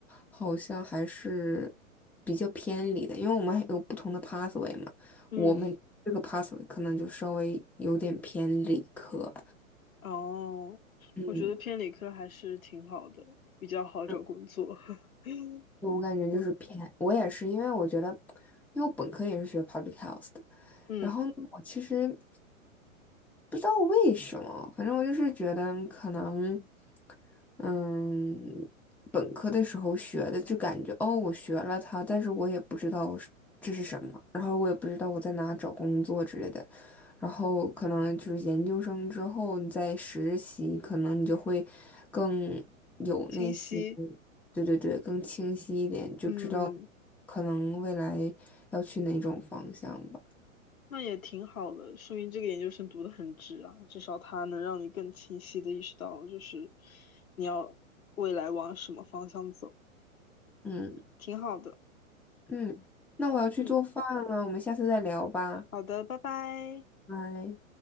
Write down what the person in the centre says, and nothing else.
好像还是比较偏离的，因为我们还有不同的 pathway 嘛。
我们这个 pathway 可能就稍微有点偏理科，
嗯，
对
我感觉就是偏，
我也是，因为我觉得，因为我本科也是学 public health 的，
然后呢我其实。不知道为什么，反正我就是觉得可能，嗯，本科的时候学的就感觉哦，我学了它，但是我也不知道是这是什么，然后我也不知道我在哪找工作之类的，然后可能就是研究生之后你再实习，可能你就会更有那些，
对对对，更清晰一点，就知道
可能未来要去哪种方向吧，
嗯。
嗯，那我要去做饭了，
我们下次再聊吧，
拜。